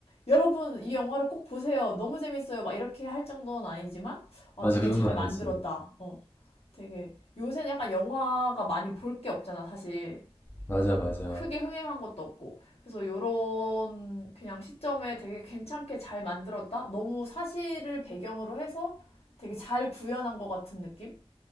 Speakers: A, on the left; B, on the left.
A: 여러분 이 영화를 꼭 보세요. 너무 재밌어요. 막 이렇게 할 정도는 아니지만 어,
B: 맞아.
A: 되게
B: 그 정도
A: 잘
B: 아니지.
A: 만들었다. 어, 되게 요새는 약간 영화가 많이 볼 게 없잖아, 사실.
B: 맞아, 맞아.
A: 크게 흥행한 것도 없고. 그래서 요런 그냥 시점에 되게 괜찮게 잘 만들었다. 너무 사실을 배경으로 해서 되게 잘 구현한 것 같은 느낌?